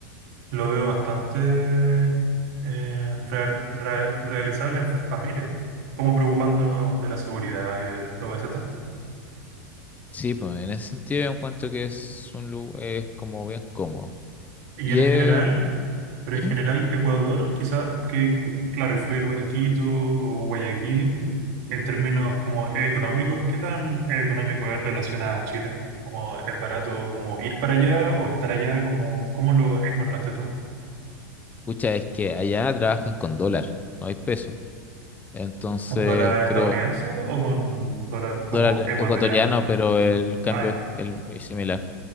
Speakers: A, on the right; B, on the left.
A: Lo veo bastante eh, real- ra- realizable en familia, como preocupándonos de la seguridad y de, de todo ese tema.
B: sí, pues, en ese sentido yo encuentro que es un lugar, es como bien cómodo.
A: Y
B: Y
A: en
B: eh,
A: general, pero en
B: mm,
A: general Ecuador, quizás, porque claro, y fui al lugar Quito o Guayaquil, en términos como económicos, ¿qué tan económico es relación a Chile? como es barato como ir para allá o estar allá? como cómo lo encontraste tú?
B: pucha, es que allá trabajan con dólar, no hay peso. Entonces,
A: ¿Con dólar estadounidense
B: creo,
A: o con dólar como
B: dólar
A: ecuatoriano?
B: ecuatoriano, pero el cambio
A: Ah, ya.
B: es el- es similar.